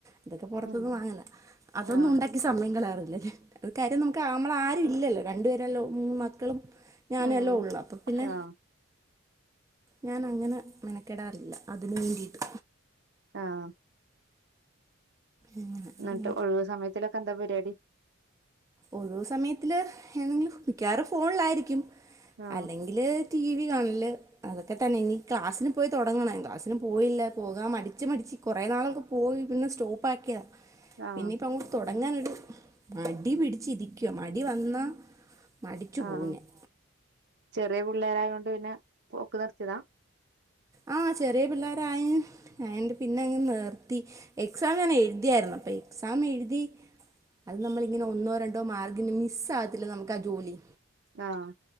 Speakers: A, on the right (about 15°); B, on the right (about 55°).
A: അതൊക്കെ പൊറത്ത്ന്ന്
B: ഉം
A: വാങ്ങലാ, അതൊന്നുണ്ടാക്കി
B: ആഹ്
A: സമയം കാളയാറില്ല ഞാൻ. അത് കാര്യം നമ്മക്ക് ആഹ് നമ്മളാരും ഇല്ലല്ലോ രണ്ടു പേരെല്ലോ മൂന്ന് മക്കളും ഞാനല്ലേ
B: ഉം
A: ഒള്ളൂ അപ്പം പിന്നെ
B: ആഹ്
A: ഞാനങ്ങനെ മെനക്കെടാറില്ല അതിന് വേണ്ടിയിട്ട്.
B: ആഹ്.
A: അങ്ങനെ
B: എന്നിട്ട് ഒഴിവു സമയത്തിലൊക്കെന്താ പരിപാടി?
A: ഒഴുവ് സമയത്തില് <unintelligible> മിക്കവാറും ഫോണിലായിരിക്കും
B: ആഹ്
A: അല്ലെങ്കിൽ ത്തില് ടിവി കാണ്ല് അതൊക്കെ തന്നെയിനി ക്ലാസിന് പോയി തൊടങ്ങണം. ക്ലാസ്സിന് പോയില്ല പോകാ മടിച്ച് മടിച്ച് കൊറേ നാളൊക്കെ പോയി പിന്നെ സ്റ്റോ <unintelligible>
B: ആഹ്
A: ഇനിപ്പങ്ങ് തൊടങ്ങാനൊരു മടി പിടിച്ചിരിക്കുവാ മടി വന്നാ മടിച്ചു
B: ആഹ്
A: പോവും ഞാൻ
B: ചെറിയ പിള്ളേരായ കൊണ്ട് പിന്നെ പോക്ക് നിർത്തിയതാ.
A: ആഹ് ചെറിയ പിള്ളോരയി ആഹ് എന്റെ പിന്നെ അങ്ങ് നിർത്തി, എക്സാം ഞാൻ എഴുതിയായിരുന്നു അപ്പൊ എക്സാം എഴുതി അത് നമ്മളിങ്ങനെ ഒന്നോ രണ്ടോ മാർഗിന് മിസ് ആകത്തില്ല നമുക്ക് ആ ജോലി.
B: ആഹ്.